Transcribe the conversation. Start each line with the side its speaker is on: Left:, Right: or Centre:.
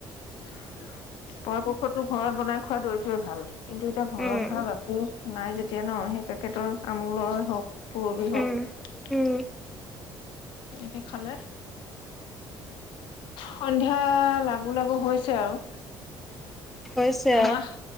Left: <inaudible> পৰাপক্ষত ঘৰত বনাই। খোৱা দৈটোয়ে ভাল। কিন্তু এতিয়া ঘৰত
Centre: উম
Left: ধৰা গাখীৰ। নাই যেতিয়া ন সেই পেকেটৰ আমুলৰে হওক। পূৰৱী হওক।
Centre: উম উম
Left: তেনেকে খালে সন্ধিয়া লাগোঁ লাগোঁ হৈছে আৰু।
Centre: হৈছে আৰু
Left: আহ'